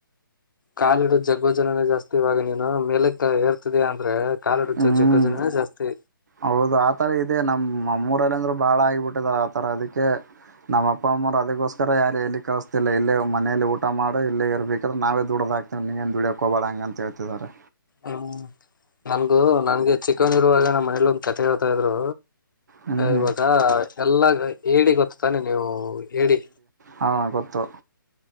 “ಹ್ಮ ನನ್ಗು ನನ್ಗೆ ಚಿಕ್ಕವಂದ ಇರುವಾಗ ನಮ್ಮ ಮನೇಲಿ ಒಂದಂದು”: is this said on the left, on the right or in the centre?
Left